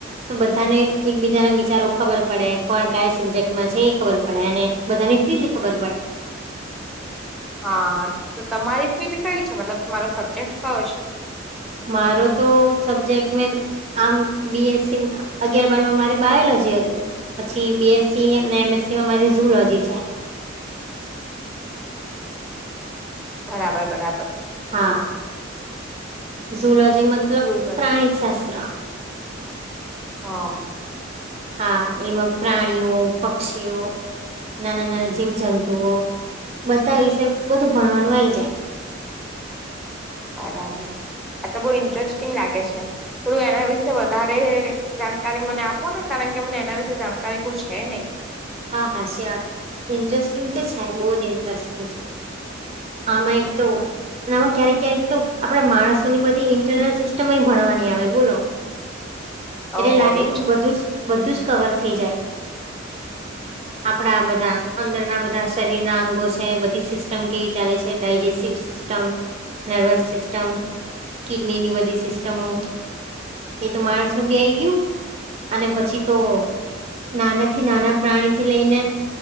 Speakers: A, on the right; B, in the centre.
A: તો બધાને એકબીજાના વિચારો ખબર પડે કોણ કઈ સબ્જેક્ટમાં છે એ ખબર પડે અને બધાની ફિલ્ડ ખબર પડે
B: હા તો તમારી ફિલ્ડ કઈ છે મતલબ તમારો સબ્જેક્ટ કયો છે
A: મારો તો સબ્જેક્ટ મે આમ બીએસસી અગિયાર બારમાં મારી બાયોલોજી હતું પછી બીએસસી અને એમ મારી ઝુલોજી છે
B: બરાબર બરાબર
A: હા ઝુલોજી મતલબ
B: ઝૂલોજી.
A: પ્રાણીશાસ્ત્ર
B: હા.
A: હા એમાં પ્રાણીઓ પક્ષીઓ નાના નાના જીવ જંતુઓ બધા વિશે બધું ભણવાનું આવી જાય
B: બરાબર આ તો બઉ ઇન્ટરેસ્ટિંગ લાગે છે થોડું એના વિશે વધારે જાણકારી મને આપો ને કારણ કે કે અમને એના વિશેે જાણકારી બહુ છે નહી
A: હા હા શ્યોર ઇન્ટરેસ્ટિંગ તો છે બહ જ ઇન્ટરેસ્ટિંગ છે આમાં એક તો આમાં ક્યારેક ક્યારેક તો આપડા માણસોની બધી ઇન્ટરનલ સિસ્ટમ ભણવાની આવે બોલો એને
B: ઓહો
A: લાગે
B: એવું
A: કેધું
B: છે
A: બધું જ કવર થઈ જાય આપણા બધા અંદરના બધા શરીર ના અંગો છે બધી સિસ્ટમ કેવી ચાલે છે ડાયજેસ્ટિવ સસ્ટ નર્વસ સિસ્ટમ કિડનીની બધી સિસ્ટમો એ તો માણસ નું બી આઈ ગયું અને પછી તો નાના થી નાના પ્રાણીથી લઈને